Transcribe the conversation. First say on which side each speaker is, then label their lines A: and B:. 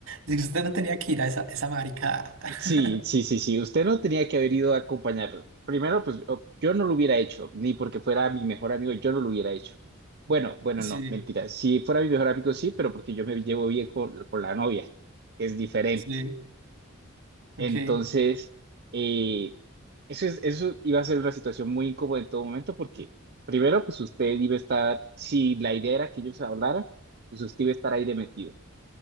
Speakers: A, on the right; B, on the right.
A: Si usted no tenía que ir a esa, esa maricada. <laughs>
B: Sí, sí, sí, sí. Usted no tenía que haber ido a acompañarlo. Primero, pues o- yo no lo hubiera hecho, ni porque fuera mi mejor amigo, yo no lo hubiera hecho. Bueno, bueno,
A: Sí,
B: no, mentira. Si fuera mi mejor amigo, sí, pero porque yo me llevo bien con, con la novia, que es diferente.
A: sí,
B: Entonces,
A: ok.
B: eh, eso es, eso iba a ser una situación muy incómoda en todo momento, porque primero, pues usted iba a estar, si la idea era que ellos hablaran, pues usted iba a estar ahí de metido.